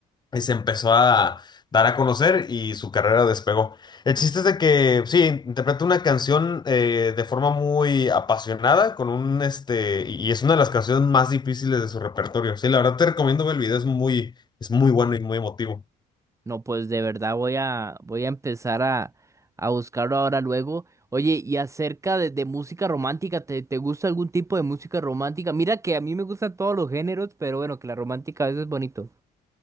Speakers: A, on the left; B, on the right.
A: y se empezó a dar a conocer y su carrera despegó. El chiste es de que, sí, interpreta una canción eh, de forma muy apasionada, con un, este, y y es una de las canciones más difíciles de su repertorio. Sí, la verdad te recomiendo ver el video, es muy, es muy bueno y muy emotivo.
B: No, pues de verdad voy a, voy a empezar a, a buscarlo ahora luego. Oye, y acerca de, de música romántica, ¿te, te gusta algún tipo de música romántica? Mira que a mí me gustan todos los géneros, pero bueno, que la romántica a veces es bonito.